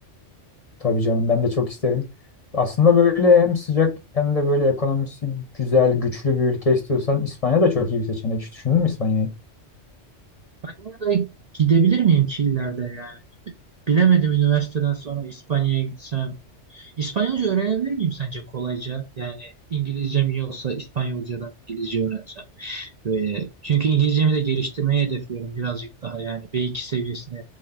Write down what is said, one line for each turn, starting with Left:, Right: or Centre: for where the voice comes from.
Left: Tabii canım ben de çok isterim. Aslında böyle hem sıcak hem de böyle ekonomisi güzel, güçlü bir ülke istiyorsan İspanya da çok iyi bir seçenek. Hiç düşündün mü İspanya'yı?
Right: Ben oraya da gidebilir miyim ki ileride yani? Bilemedim üniversiteden sonra İspanya'ya gitsem. İspanyolca öğrenebilir miyim sence kolayca? Yani İngilizcem iyi olsa İspanyolcadan İngilizce öğrensem. Böyle. Çünkü İngilizcemi de geliştirmeyi hedefliyorum birazcık daha yani B2 seviyesine.